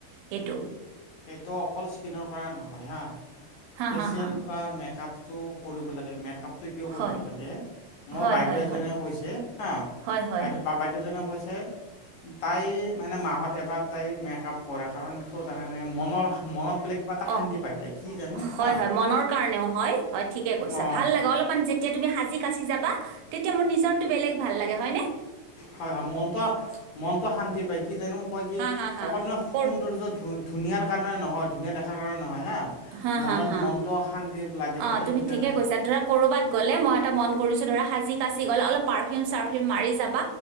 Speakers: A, on the right; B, on the left.
A: সেইটো।
B: এইট অকল স্কিনৰ কৰা নহয় হা
A: হা
B: ফেচিয়েল
A: হা হা
B: বা মেকাপ টো কৰিব লাগে মেকাপ। তই কিয় কৰিব
A: হয়
B: লাগে, মই
A: হয়
B: বাইদেউ
A: হয় হয়
B: এজনে
A: হয়
B: কৈছে হা
A: হয়। হয়
B: বাইদেউ বাইদেউজনে কৈছ তাই মানে মাহত এবাৰ তাই মেকাপ কৰে কাৰণ কিয় জান মানে মনৰ মনত
A: অ
B: পায় তাই কি জানো
A: হয়
B: হা
A: ম হয় মনৰ কাৰণেও হয় হয় ঠিকে কৈছা
B: অঁ
A: ভাল লাগে অলপমান যেতিয়া তুমি সাজি কাচি যাবা তেতিয়া মোৰ নিজৰটো বেলেগ ভাল লাগে হয় নে?
B: হয় হয় মনট মনট শান্তি পায় কি জানো কয় কি
A: হা হা হা
B: অকনমানানে
A: কৰ
B: সুন্দৰ্য্য ধু ধু ধুনীয়াৰ কাৰণে নহয় ধুনীয়া দেখাৰ কাৰণে নহয় হা।
A: হা
B: মনত
A: হা হা
B: মনটো শান্তি লাগে
A: অ
B: বোলে
A: তুমি
B: সেইকাৰণে
A: ঠিকে কৈছা ধৰা কৰ'বাত গ'লে মই এটা মন কৰিছো ধৰা সাজি কাচি গ'লে অলপ পাৰফিউম চাৰফিউ মাৰি যা